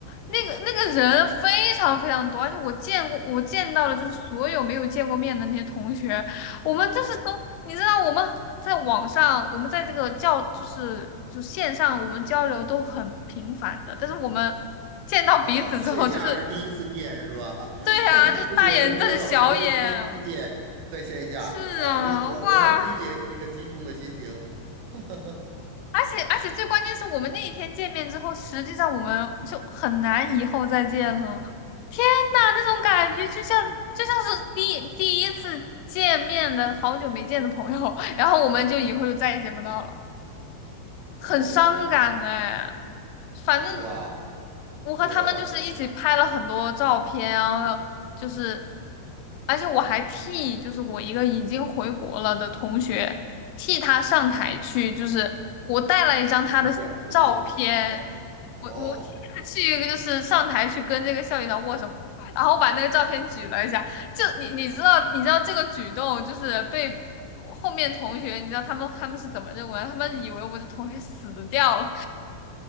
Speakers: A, on the left; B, on the right.
A: 那个那个人非常非常多，而且我见过，我见到了就是所有没有见过面的那些同学，我们就是都，你知道我们在网上，我们在这个教就是就线上，我们交流都很频繁的，但是我们见到彼此之后，
B: 啊，线下是第一次见是吧？
A: 就是对啊，
B: <laughs> 自己的同学、
A: 就是大眼瞪小眼。
B: 老师都是第一次见，在线下啊，
A: 是啊，
B: 这我我能理解你那个激动的心情。
A: 哇，
B: <laughs>
A: 而且而且最关键是我们那一天见面之后，实际上我们就很难以后再见了。天呐，那种感觉就像就像是第一第一次见面的好久没见的朋友，<laughs> 然后我们就以后就再也见不到了，
B: 嗯哦，
A: 很伤感哎。反正
B: 是吧？
A: 我和他们就是一起拍了很多照片，
B: 对啊，
A: 然后就是，而且我还替就是我一个已经回国了的同学替他上台去，
B: 嗯，
A: 就是我带了一张他的照片，
B: 领奖领哦
A: 我我替他去一个就是上台去跟这个校领导握手，
B: 哦
A: 然后把那个照片举了一下，就你你知道你知道这个举动就是被。后面同学，你知道他们他们是怎么认为？他们以为我的同学死掉了，